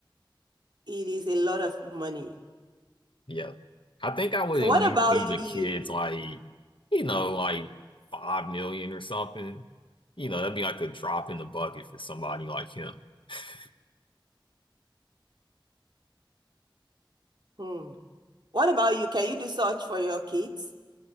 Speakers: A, on the right (about 60°); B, on the left (about 75°).
A: it is a lot of money.
B: Yeah. I think I would
A: So
B: at
A: what
B: least
A: about
B: leave the
A: you?
B: kids like, you know, like five million or something. You know, that'd be like a drop in the bucket for somebody like him. <laughs>
A: Hmm. What about you? Can you do such for your kids?